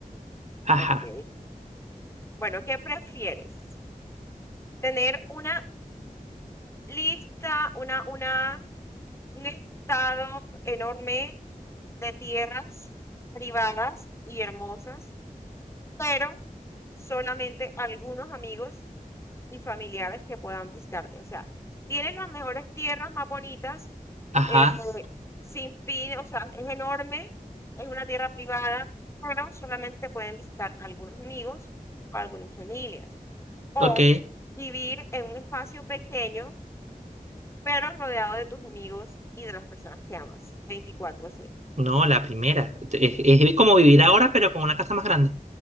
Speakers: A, on the right; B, on the left.
A: Ajá.
B: Ok. Bueno, ¿qué prefieres? ¿Tener una lista, una, una Un estado enorme de tierras privadas y hermosas, pero solamente algunos amigos y familiares que puedan visitarte. O sea, tienen las mejores tierras, más bonitas,
A: Ajá,
B: eh, sin fin, o sea, es enorme, es una tierra privada, pero solamente pueden visitar algunos amigos o algunas familias. O
A: ok.
B: vivir en un espacio pequeño pero rodeado de tus amigos y de las personas que amas, Veinticuatro, 7
A: No, la primera. Es, es como vivir ahora, pero con una casa más grande.